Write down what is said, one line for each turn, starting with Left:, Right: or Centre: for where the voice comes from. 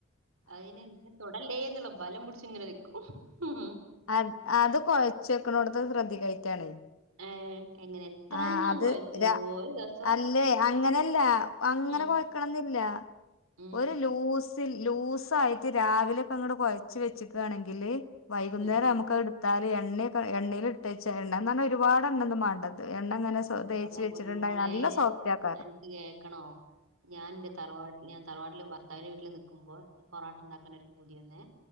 Right: അയിന് ഇന്ന തൊടല്ലേന്നുള്ള ബലം പു ട്ച്ച്ങ്ങനെ നിക്കും ഹും
Left: അദ് അത് കൊഴ്ച്ചക്ക്ണോടത്ത് ശ്രദ്ധിക്കായിട്ടാണെ.
Right: ഏ എങ്ങനെ എത്ര
Left: ആ
Right: ഞാൻ
Left: അത്
Right: കുഴച്ചു
Left: രാ
Right: ഒരു ദിവസം
Left: അല്ലേ അങ്ങനെയല്ല അങ്ങനെ
Right: ഉം
Left: കൊഴക്കണംന്നിൻ ല്ലാ
Right: ഉം
Left: ഒരു ലൂസ് ത്തിൽ ലൂസായിട്ട് രാവിലെക്കങ്ങ്ട് കൊയച്ച് വെച്ച്ക്ക്ആണെങ്കില് വൈകുന്നേരം
Right: ഉം
Left: അമുക്കതെടുത് ത്താല് എണ്ണയൊക്കെ എണ്ണയിലിട്ടെച്ചാ എണ്ണാന്നറഞ്ഞാ ഒരുപാട് എണ്ണൊന്നും മാണ്ട എണ്ണങ്ങനെ സോ തേച്ച്
Right: അള്ള
Left: വെച്ചിട്ട്ണ്ടായ
Right: പൊന്നുമോളെ
Left: നല്ല സോഫ്റ്റാക്കാറ്
Right: അനക്ക് കേക്കണോ ഞാൻ ന്റെ തറവാട്ട്ല് ഞാ തറവാട്ടില് ഭർത്താവിന്റെ വീട്ടില് നിക്കുമ്പോ പൊറാട്ട ഇണ്ടാക്കാനൊരു പൂതി വന്നേ